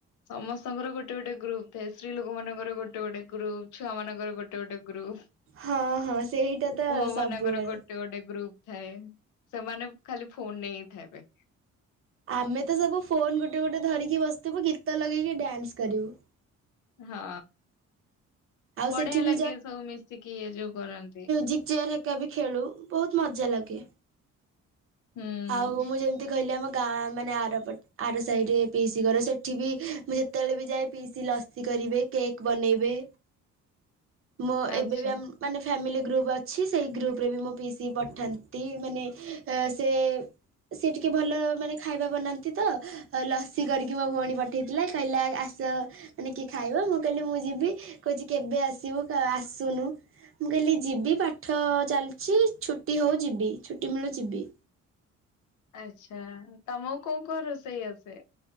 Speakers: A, on the left (about 80°); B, on the right (about 45°).
A: ସମସ୍ତଙ୍କର ଗୋଟେ ଗୋଟେ ଗ୍ରୁପ ଥାଏ। ସ୍ତ୍ରୀ ଲୋକ ମାନଙ୍କର ଗୋଟେ ଗୋଟେ ଗ୍ରୁପ। ଛୁଆ ମାନଙ୍କର ଗୋଟେ ଗୋଟେ ଗ୍ରୁପ।
B: ହଁ ହଁ ସେଇଟା ତ
A: ପୁଅ
B: ସବୁବେଳେ।
A: ମାନଙ୍କର ଗୋଟେ - ଗୋଟେ ଗୋଟେ ଗ୍ରୁପ ଥାଏ। ସେମାନେ ଖାଲି ଫୋନ ନେଇିଁ ଥାବେ।
B: ଆମେ ତ ସବୁ ଫୋନ ଗୋଟେ ଗୋଟେ ଧରିକି ବସିଥିବୁ ଗୀତ ଲଗେଇକି ଡ୍ୟାନ୍ସ କରିବୁ।
A: ହଁ
B: ଆଉ
A: ବଢିଆ
B: ସେଠି ବି
A: ଲାଗେ ସବୁ ମିଶିକି ଏଇ ଯୋଉ କରନ୍ତି।
B: କି ଚେୟ ରେ ଏକା ବି ଖେଳୁ ବହୁତ ମଜା ଲାଗେ।
A: ହୁଁ
B: ଆଉ ମୁଁ ଯେମିତି କହିଲି ଆମ ଗାଁ ମାନେ ଆରପଟେ ଆର ସାହିରେ ପିଇସି ଘରେ ସେଠି ବି ମୁଁ ଯେତେବେଳେ ବି ଯାଏ ପିଇସି ଲସି କରିବେ। କେକ୍ ବନେଇବେ।
A: <inaudible>
B: ମୁଁ
A: ଆଚ୍ଛା
B: ଏବେ ବି ଆମ ମାନେ ଫ୍ୟାମିଲି ଗ୍ରୁପ୍ ଅଛି ସେଇ ଗ୍ରୁପ୍ରରେ ବି ମୁଁ ପି ସି ପଠାନ୍ତି ମାନେ ସେ ସେ ଟିକେ ଭଲ ମାନେ ଖାଇବା ବନାନ୍ତି ତ ଲସି କରିକି ମୋ ଭଉଣୀ ପଠାଇଥିଲା କହିଲା ଆସ ମାନେ କିଏ ଖାଇବ ମୁଁ କହିଲି ମୁଁ ଯିବି କହୁଚି କେବେ ଆସିବୁ ଆସୁନୁ। ମୁଁ କହିଲି ଯିବି ପାଠ ଚାଲିଚି ଛୁଟି ହଉ ଯିବି ଛୁଟି ମିଳୁ ଯିବି।
A: ଆଚ୍ଛା ତମକୁ କୋଉ କଣ ରୋଷେଇ ଆସେ।